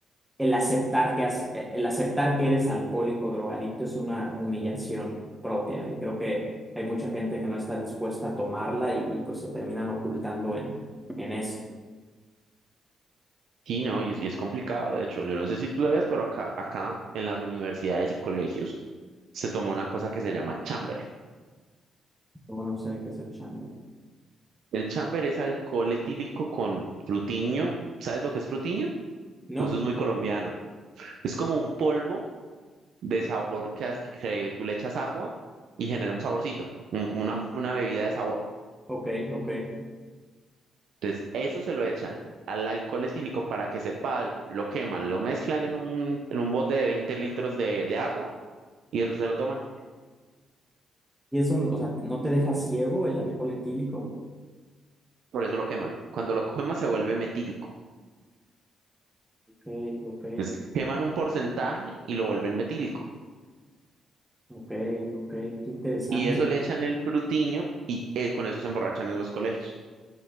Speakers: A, in the centre; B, on the right (about 70°).
A: el aceptar que has- eh, el aceptar que eres alcohólico, drogadicto es una humillación propia y creo que hay mucha gente que no está dispuesta a tomarla y, y, pues se terminan ocultando en, en esto.
B: sí, no, y es, y es complicado. De hecho, yo no sé si tú sabías, pero acá, acá en las universidades y colegios se toma una cosa que se llama chamber.
A: Luego no sé qué es el chamber.
B: El chamber es alcohol etílico con frutiño. ¿Sabes lo que es frutiño?
A: No,
B: Pues eso es muy colombiano. Es como un polvo de sabor que, hace- que que tú le echas agua y genera un saborcito, mm, como una, una bebida de sabor.
A: Ok, ok.
B: Entonces, eso se lo echan al alcohol etílico para que sepa algo, lo queman, lo mezclan en un, en un bote de 20 litros de, de agua y eso se lo toman,
A: ¿Y eso, o sea, no te deja ciego el alcohol etílico?
B: por eso lo queman. Cuando lo queman se vuelve metílico.
A: Ok, ok,
B: Entonces, queman un porcentaje y lo vuelven metílico.
A: ok, ok. Qué interesante.
B: Y eso le echan el frutiño y él, con eso se emborrachan en los colegios.